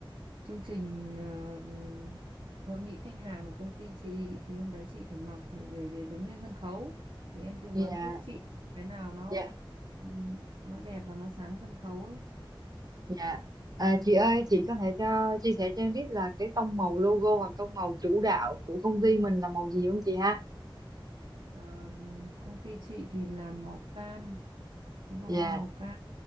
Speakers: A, on the right; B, on the right.
A: chương trình ờ, hội nghị khách hàng của công ty chị thì hôm đấy chị phải mặc để để, để đứng lên sân khấu. Thì em tư
B: Dạ,
A: vấn giúp chị cái nào nó
B: dạ,
A: ừm, nó đẹp và nó sáng sân khấu ấy.
B: dạ. À, chị ơi, chị có thể cho chia sẻ cho em biết là cái tông màu logo hoặc tông màu chủ đạo của công ty mình là màu gì không chị ha?
A: Ờ, công ty chị thì làm màu cam, cái logo
B: Dạ.
A: màu cam.